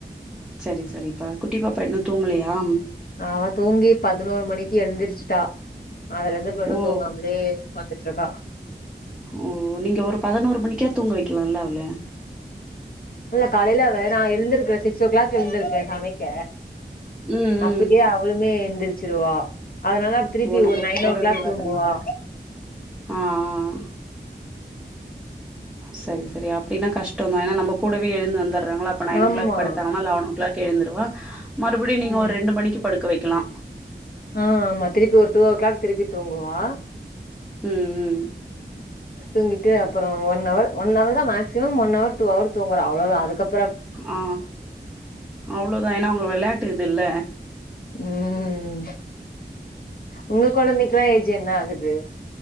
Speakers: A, in the centre; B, on the left.
A: சரி சரிப்பா குட்டிப்பாப்பா இன்னு தூங்கலயா
B: அவ தூங்கி பதினோரு மணிக்கு எழுந்திரிச்சிட்டா அதுல இருந்து இப்ப இன்னு
A: ஓ
B: தூங்காமலே பாத்துட்டுருக்கா
A: ஓ நீங்க ஒரு பதினோரு மணிக்கா தூங்க வைக்கலால்ல அவள
B: இல்ல காலேல அவ நா எழுந்துருக்குற சிக்ஸ் ஓ கிளாக் எழுந்துருக்குறே சமைக்க
A: ம் ம்
B: அப்பயே அவளுமே எந்திரிச்சிருவா அதனாலா திருப்பி
A: ஓ நம்ம
B: ஒரு நைன்
A: கூடவே
B: ஓ கிளாக்
A: வர்றனால
B: தூங்குவா
A: ஆ ஆ சரி சரி அப்டினா கஷ்டடோந்தா ஏன்னா நம்ம கூடவே எழுந்து வந்துர்றாங்கல்ல அப்ப நைன்
B: ஆமா
A: ஓ கிளாக் படுத்தாங்கன்னா லெவன் ஓ கிளாக் எழுந்துருவா மறுபடியு நீங்க
B: ம்
A: ஒரு ரெண்டு மணிக்கு படுக்க வைக்கலா
B: ஆ ஆமா திருப்பி ஒரு டூ ஓ கிளாக் திருப்பி தூங்குவா
A: ம் ம்
B: தூங்கிட்டு அப்பறோ ஒன் அவர் ஒன் அவர்தா maximum one hour two hour தூங்குறா அவ்ளோதா அதுக்கப்
A: ஆ அவ்ளோதா ஏன்னா அவுங்க வெளாட்டு இது இல்ல
B: ம் ஒங்க கொழந்தைக்கெல்லா ஏஜ் என்ன ஆகுது